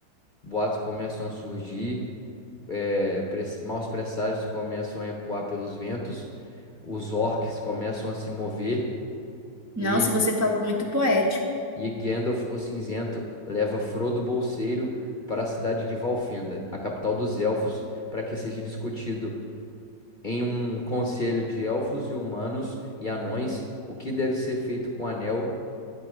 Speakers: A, on the left (about 30°); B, on the right (about 15°).
A: Boatos começam a surgir, é, press- maus presságios começam a ecoar pelos ventos, os orcs começam a se mover
B: Nossa,
A: e,
B: você falou muito poético.
A: e Gandalf o Cinzento leva Frodo Bolseiro para a cidade de Valfenda, a capital dos elfos, para que seja discutido em um conselho de elfos e humanos e anões o que deve ser feito com o anel